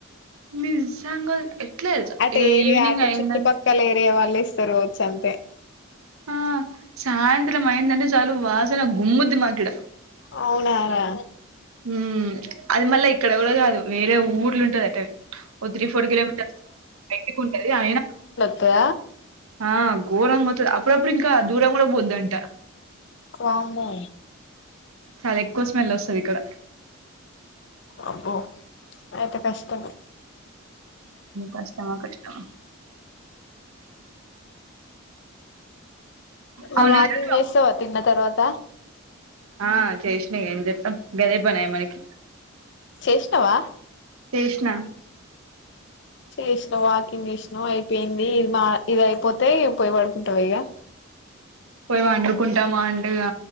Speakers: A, on the right; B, on the left.
A: నిజంగా ఎట్లా తెలుసా
B: అటు
A: ఇగ
B: ఏరియా
A: ఈవినింగ్
B: అటు
A: అయిందంటే
B: చుట్టుపక్కల ఏరియా వా వెలిస్తారు కావచ్చు అంతే
A: ఆ సాయంత్రం అయిందంటే చాలు వాసన గుమ్ముద్ది మాకు ఈడ
B: అవునా రా
A: హ్మ్ అది మళ్ళ ఇక్కడ కూడకాదు వేరే ఊర్లు ఉంటది అటే ఓ త్రీ ఫోర్ కిలోమీటర్స్ బయటకి ఉంటది అయినా
B: త్తా
A: ఆ గోరంగా వత్తాది అప్పుడుప్పుడు ఇంకా దూరం కూడా పోద్దంట
B: వామ్మో
A: చాలా ఎక్కువ స్మెల్ వస్తది ఇక్కడ
B: అబ్బో అయితే కష్టంమే
A: కష్టమా కష్టమా
B: మరి
A: అవును
B: వాకింగ్
A: వదిన
B: చేస్తావా తిన్న తర్వాత
A: ఆ చేసిన ఏం చెస్తాం గదే పని అయె మనకి
B: చేషీనవా
A: చేసిన
B: చేసినావు వాకింగ్ చేసినావు అయిపోయింది ఇది మా ఇది అయిపోతే పోయి పడుకుంటావా ఇక
A: పోయి వడురుకుంటామా అంటెగా